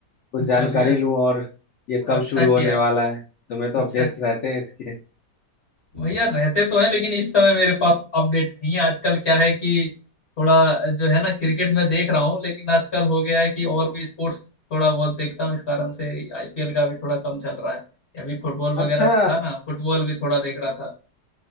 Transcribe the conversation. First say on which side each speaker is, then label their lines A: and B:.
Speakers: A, on the left; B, on the left.
A: कुछ जानकारी
B: चलिए अच्छा
A: लूं और ये कब
B: अच्छा
A: शुरू
B: किया
A: होने वाला है तुम्हें तो
B: अच्छा
A: अपडेट्स
B: किया
A: रहते हैं इसके
B: भैया रहते तो हैं लेकिन इस समय मेरे पास अपडेट नहीं है आजकल क्या है कि थोड़ा जो है ना क्रिकेट में देख रहा हूँ लेकिन आजकल हो गया है कि और भी स्पोर्ट्स थोड़ा बहुत देखता हूँ इस कारण से आईपीएल का भी थोड़ा कम चल रहा है अभी फुटबॉल वगैरह
A: अच्छा
B: था ना फुटबॉल भी थोड़ा देख रहा था